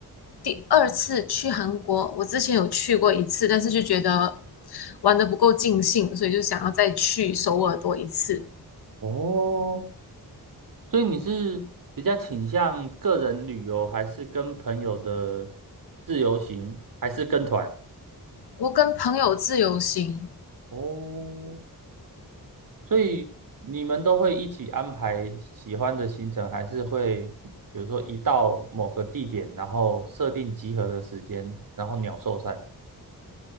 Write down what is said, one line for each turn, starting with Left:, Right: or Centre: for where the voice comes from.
Left: 第二次去韩国，我之前有去过一次，但是就觉得玩的不够尽兴，所以就想要再去首尔多一次。
Right: 哦，所以你是比较倾向个人旅游，还是跟朋友的自由行，还是跟团？
Left: 我跟朋友自由行，
Right: 哦，所以你们都会一起安排喜欢的行程，还是会比如说一到某个地点，然后设定集合的时间，然后鸟兽散？